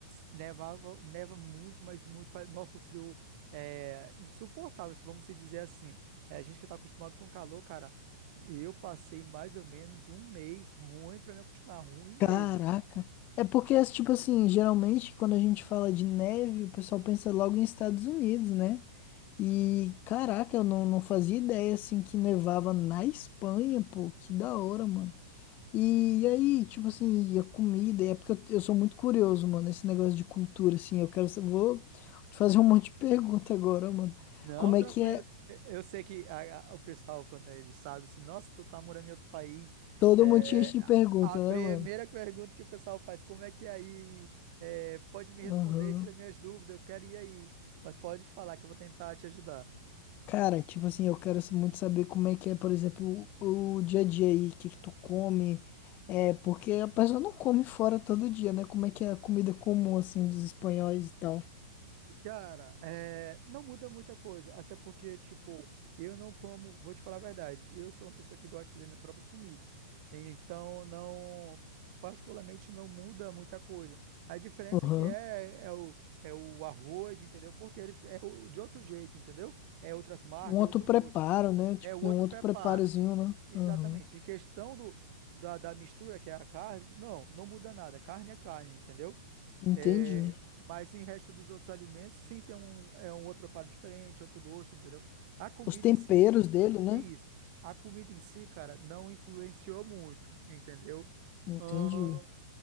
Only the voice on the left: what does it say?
Caraca. É porque, tipo assim, geralmente quando a gente fala de neve, o pessoal pensa logo em Estados Unidos, né? E caraca, eu não, não fazia ideia assim que nevava na Espanha, pô, que da hora, mano. E, aí, tipo assim, e a comida, e é porque eu, eu sou muito curioso, mano, esse negócio de cultura, assim, eu quero, sa- vou te fazer um <laughs> monte de pergunta agora, mano.
Como
é que é?
Todo
mundo tinha de pergunta,
né, mano?
Aham.
Cara, tipo assim, eu quero muito saber como é que é, por exemplo, o, o dia a dia aí, o que que tu come. É, porque a pessoa não come fora todo dia, né? Como é que é a comida comum, assim, dos espanhóis e tal.
Aham.
Um outro
preparo,
né? Tipo,
tem um outro
preparozinho, né?
Aham.
Entendi.
Os temperos
dele, né?
Entendi.